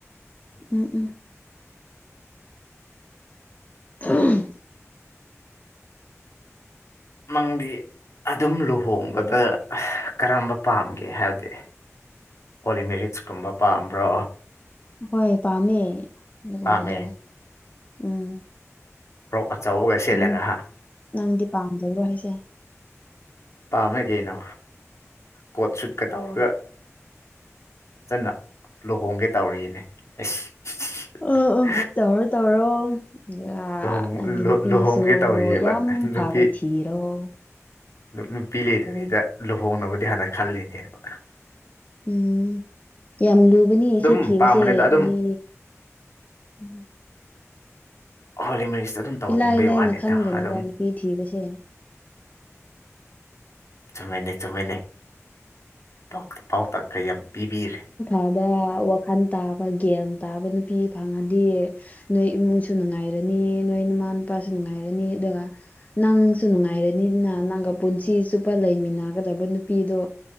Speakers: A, on the left; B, on the left.
A: ꯎꯝ ꯎꯝ ꯎꯝ
B: ꯃꯪꯗꯤ ꯑꯗꯨꯝ ꯂꯨꯍꯣꯡꯕꯗ ꯀꯔꯝꯕ ꯄꯥꯝꯒꯦ ꯍꯥꯏꯕꯗꯤ ꯍꯣꯂꯤꯃꯦꯔꯤꯠꯁꯀꯨꯝꯕ ꯄꯥꯝꯕ꯭ꯔꯣ
A: ꯍꯣꯏ ꯄꯥꯝꯃꯦ ꯑꯗꯨꯒꯨꯝꯕꯗꯣ
B: ꯄꯥꯝꯃꯦ
A: ꯎꯝ
B: ꯐ꯭ꯔꯣꯛ ꯑꯆꯧꯕꯒ ꯁꯦꯠꯂꯒ
A: ꯅꯪ
B: ꯍꯥ
A: ꯅꯪꯗꯤ ꯄꯥꯝꯖꯗ꯭ꯔꯣ ꯑꯩꯁꯦ
B: ꯄꯥꯝꯃꯦ ꯀꯩꯅꯣ ꯀꯣꯠ ꯁꯨꯠꯀ ꯇꯧꯔꯒ ꯐꯖꯅ ꯂꯨꯍꯣꯡꯒꯦ ꯇꯧꯔꯤꯅꯦ <unintelligible>
A: ꯑꯣ ꯑꯣ ꯇꯧꯔꯣ ꯇꯧꯔꯣ ꯑꯗꯨꯒ
B: ꯂꯨꯍꯣꯡ
A: ꯅꯪꯒꯤ
B: ꯂꯨ
A: ꯅꯨꯄꯤꯁꯨ
B: ꯂꯨꯍꯣꯡꯒꯦ ꯇꯧꯔꯤꯌꯦꯕ
A: ꯌꯥꯝ
B: ꯅꯨꯄꯤ
A: ꯐꯕ ꯊꯤ ꯊꯤꯔꫭ
B: ꯅꯨ ꯅꯨꯄꯤ ꯂꯩꯇꯕꯤꯗ ꯂꯨꯍꯣꯡꯅꯕꯗꯤ ꯍꯥꯟꯅ ꯈꯜꯂꯤꯅꯦꯕ
A: ꯎꯝ ꯌꯥꯝ ꯂꯨꯕꯅꯤ
B: ꯑꯗꯨꯝ
A: ꯁꯤ ꯊꯤꯕꯁꯦ
B: ꯄꯥꯝꯕꯅꯤꯗ ꯑꯗꯨꯝ
A: ꯃꯤ ꯎꯝ
B: ꯍꯣꯂꯤ ꯃꯦꯔꯤꯁꯗ ꯑꯗꯨꯝ ꯇꯧꯅꯤꯡꯕꯩ
A: ꯏꯂꯥꯏ ꯂꯥꯏꯅ
B: ꯋꯥꯅꯤꯗ
A: ꯈꯟꯒꯅꯣꯕ
B: ꯑꯗꯨꯝ
A: ꯅꯨꯄꯤ ꯊꯤꯕꯁꯦ
B: ꯆꯨꯝꯃꯤꯅꯩ ꯆꯨꯝꯃꯤꯅꯩ ꯄꯥꯎꯇ ꯄꯥꯎꯇꯥꯛꯀ ꯌꯥꯝ ꯄꯤꯕꯤꯔꯦ
A: ꯑꯥꯗ ꯋꯥꯈꯜ ꯇꯥꯕ ꯒ꯭ꯟ ꯇꯥꯕ ꯅꯨꯄꯤ ꯐꯪꯉꯗꯤ ꯅꯣꯏ ꯏꯃꯨꯡꯁꯨ ꯅꯨꯡꯉꯥꯏꯔꯅꯤ ꯅꯣꯏ ꯅꯃꯥ ꯅꯄꯥꯁꯨ ꯅꯨꯡꯉꯥꯏꯔꯅꯤ ꯑꯗꯨꯒ ꯅꯪꯁꯨ ꯅꯨꯡꯉꯥꯏꯔꯅꯤꯅ ꯅꯪꯒ ꯄꯨꯟꯁꯤ ꯆꯨꯞꯄ ꯂꯩꯃꯤꯟꯅꯒꯗꯕ ꯅꯨꯄꯤꯗꯣ